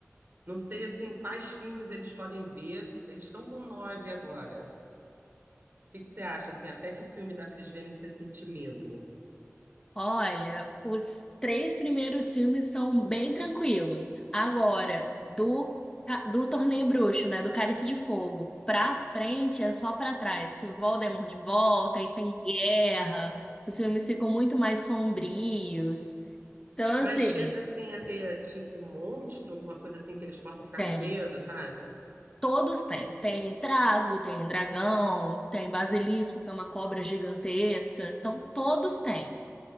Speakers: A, on the right; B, on the left.
A: não sei, assim, quais filmes eles podem ver. Eles estão com nove agora. O que que você acha, assim, até que filme dá pra eles verem sem sentir medo?
B: Olha, os três primeiros filmes são bem tranquilos. Agora, do, ca- do Torneio Bruxo, né, do Cálice de Fogo, pra frente é só pra trás, que o Voldemort volta e tem guerra, os filmes ficam muito mais sombrios. Então, assim,
A: Mas chega assim a ter tipo um monstro, alguma coisa assim que eles possam ficar
B: é,
A: com medo, sabe?
B: Todos têm. Tem trasgo, tem dragão, tem basilisco, que é uma cobra gigantesca. Então, todos têm.